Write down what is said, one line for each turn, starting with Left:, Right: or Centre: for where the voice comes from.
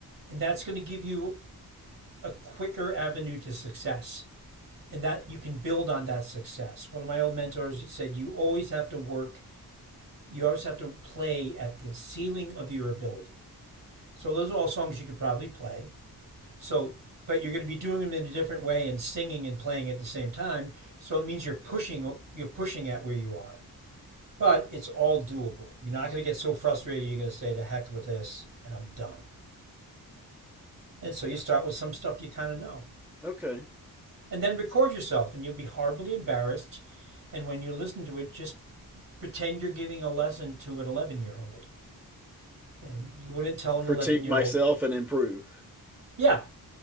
Right: and that's going to give you a quicker avenue to success. and that you can build on that success. One of my old mentors said, You always have to work, you always have to play at the ceiling of your ability. So those are all songs you could probably play. So, but you're going to be doing them in a different way and singing and playing at the same time. So it means you're pushing, you're pushing at where you are. But it's all doable. You're not going to get so frustrated. You're going to say, "To heck with this," and I'm done. And so you start with some stuff you kind of know,
Centre: Okay.
Right: and then record yourself, and you'll be horribly embarrassed. And when you listen to it, just pretend you're giving a lesson to an 11 year old and you wouldn't tell an
Centre: critique
Right: 11 year
Centre: myself
Right: old
Centre: and improve.
Right: yeah